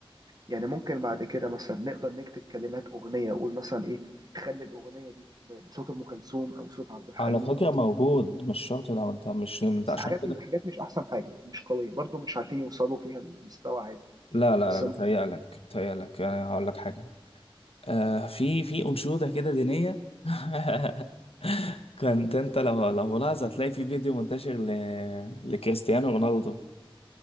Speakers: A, on the right (about 40°); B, on the left (about 80°).
A: يعني ممكن بعد كده مثلا نقدر نكتب كلمات اغنيه اقول مثلا ايه خلي الاغنيه دي ب- بصوت ام كلثوم او صوت عبد الحليم
B: على فكره
A: او
B: موجود مش شرط لو انت مش انت
A: بس
B: عشان
A: حاجات
B: كده
A: حاجات مش احسن حاجه مش قويه برضو مش عارفين يوصلوا فيها لمستوى عالي
B: لا لا
A: بس
B: لا بتهيألك بتهيألك يعني هقول لك حاجة آه في في أنشودة كده دينية <laughs> كنت أنت لو لو ملاحظ هتلاقي في فيديو منتشر ل... لكريستيانو رونالدو